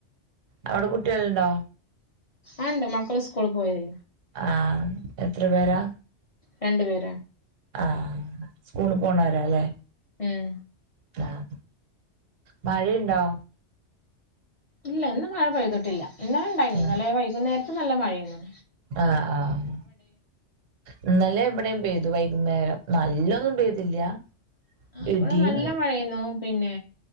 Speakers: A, on the right; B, on the left.
A: അവിടെ കുട്ടികളുണ്ടോ?
B: ആഹ് ണ്ട്. മക്കള് സ്കൂള് പോയിണ്.
A: ആഹ്. എത്ര പേരാ.
B: രണ്ടു പേര
A: ആഹ് സ്കൂള് പോണോരാ. ല്ലെ
B: ഉം
A: ആഹ്. മഴണ്ടോ?
B: ഇല്ല. ഇന്ന് മഴ പെയ്തിട്ടില്ല. ഇന്നലെ ഉണ്ടായിരുന്നു.
A: ആ
B: വൈകുന്നേരത്ത് നല്ല മഴെനു.
A: ആഹ് ആഹ് ഇന്നലെ വിടെയും പെയ്തു. വൈകുന്നേരം. നല്ലൊന്നും പെയ്തില്ല.
B: ആഹ് ഇവിടെ
A: ഇടിയും
B: നല്ല മഴെന്നു. പിന്നെ